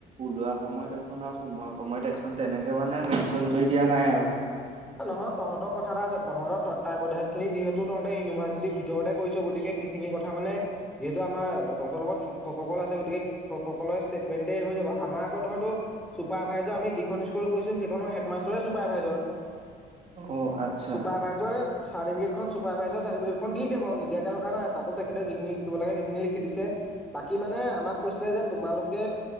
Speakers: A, on the right (about 40°); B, in the centre.
A: ওলোৱা সময়ত এখন আৰু সোমোৱা সময়ত এখন তেনেকে মানে মেনশন কৰি দিয়া নাই আৰু।
B: অ' নহয়, তহঁতৰ কথা এটা আছে। তহঁতৰ তত্ত্বাবধায়ক সেই যিহেতু তহঁতে ইউনিভাৰ্চিটিৰ ভিতৰতে কৰিছ, গতিকে সেইখিনি কথা মানে যিহেতু আমাৰ তহঁতৰ লগত শিক্ষকসকল আছে, গতিকে শিক্ষকসকলৰ ষ্টেটমেন্টে হৈ যাব। আমাৰ আকৌ ধৰ তোৰ চুপাৰভাইজাৰ আমি যিখন স্কুল গৈছোঁ, সেইখন স্কুলৰ হেড মাষ্টৰে চুপাৰ ভাইজাৰ।
A: অ' আচ্ছা
B: চুপাৰ ভাইজৰে চাৰ্টিফিকেটখন চুপাৰভাইজাৰ চাৰ্টিফিকেখন দিছে বাৰু, নিদিয়াকে থকা নাই। তাতো তেখেতে যিখিনি লিখিব লাগে, সেইখিনি লিখি দিছে। বাকী মানে আমাক কৈছিলে যে, তোমালোকে